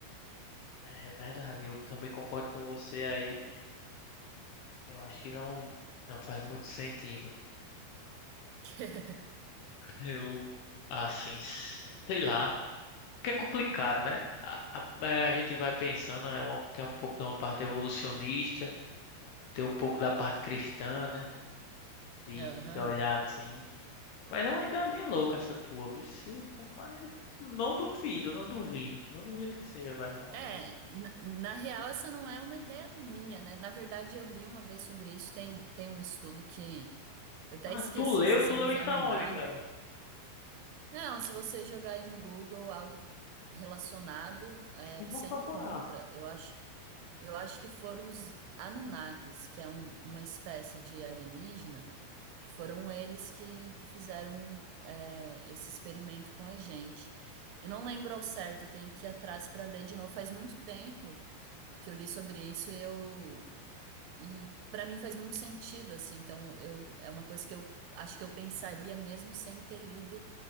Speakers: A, on the left; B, on the right.
A: é verdade, eu também concordo com você aí. Eu acho que não, não faz muito sentido.
B: <laughs>
A: <laughs> Eu, assim, sei lá. Que é complicado, né? A, a, é, a gente vai pensando, é uma- tem um pouco de uma parte evolucionista, tem um pouco da parte cristã, né? De,
B: Aham.
A: de olhar assim. Mas é uma ideia bem louca essa tua, vixe. Mas não duvido, não duvido. Não duvido que seja verdade.
B: É, na, na real, essa não é uma ideia minha, né? Na verdade, eu li uma vez sobre isso. Tem, tem um estudo que Eu até
A: Ah,
B: esqueci
A: tu leu?
B: se são
A: Tu leu
B: os
A: isso
B: Anunnaki.
A: aonde, cara?
B: Não, se você jogar aí no Google algo relacionado, é,
A: Eu
B: você
A: Vou procurar.
B: encontra. Eu acho, eu acho que foram os Anunnakis, que é um- uma espécie de alienígena, que foram eles que, que fizeram é, esse experimento com a gente. Eu não lembro ao certo, eu tenho que ir atrás para ler de novo. Faz muito tempo que eu li sobre isso e eu e para mim faz muito sentido, assim. Então, eu é uma coisa que eu acho que eu pensaria mesmo sem ter lido